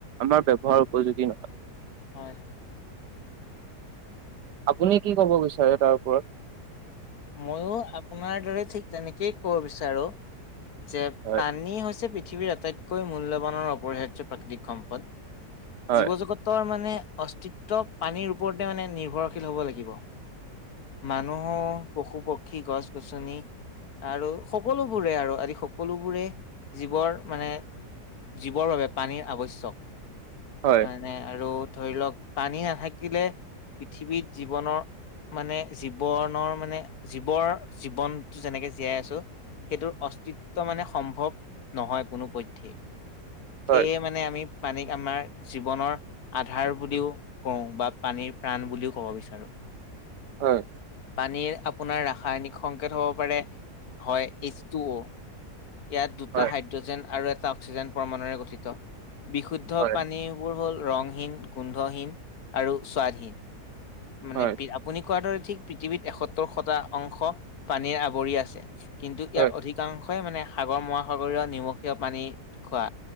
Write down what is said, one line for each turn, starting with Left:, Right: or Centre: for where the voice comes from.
Right: আমাৰ ব্যৱহাৰ উপযোগী নহয়
Left: হয় হয়
Right: আপুনি কি ক'ব বিচাৰে তাৰ ওপৰত
Left: ময়ো আপোনাৰ দৰে ঠিক তেনেকেই ক'ব বিচাৰোঁ যে
Right: হয়
Left: পানী হৈছে পৃথিৱীৰ আটাইতকৈ মূল্যবানৰ অপৰিহাৰ্য প্ৰাকৃতিক সম্পদ
Right: হয়
Left: জীৱ জগতৰ মানে অস্তিত্ব পানীৰ ওপৰতে মানে নিৰ্ভৰশীল হ'ব লাগিব মানুহো পশু পক্ষী গছ গছনি আৰু সকলোবোৰে আৰু আদি সকলোবোৰে জীৱৰ মানে জীৱৰ বাবে পানীৰ আৱশ্যক
Right: হয়
Left: মানে আৰু ধৰি লওক পানী নাথাকিলে পৃথিৱীত জীৱনৰ মানে জীৱনৰ মানে জীৱৰ জীৱনতটো যেনেকে জীয়াই আছো সেইটোৰ অস্তিত্ব মানে সম্ভৱ নহয় কোনোপধ্যেই
Right: হয়
Left: সেয়ে মানে আমি পানীক আমাৰ জীৱনৰ আধাৰ বুলিও কওঁ বা পানীৰ প্ৰাণ বুলিও ক'ব বিচাৰোঁ
Right: হয়
Left: পানীৰ আপোনাৰ ৰাসায়নিক সংকেত হ'ব পাৰে হয় এইচ টু অ' ইয়াত দুটা
Right: হয়
Left: হাইড্ৰজেন আৰু এটা অক্সিজেন প্ৰমাণুৰে গঠিত বিশুদ্ধ
Right: হয়
Left: পানীবোৰ হল ৰংহীন গোন্ধহীন আৰু স্বাধীন মানে
Right: হয়
Left: আপুনি কোৱাৰ দৰে ঠিক পৃথিৱীত এসত্তৰ শতা অংশ পানীৰ আৱৰি আছে কিন্তু ইয়াৰ
Right: হয়
Left: অধিকাংশ মানে সাগৰ মহাসাগৰীয় নিমখীয়া পানী খোৱা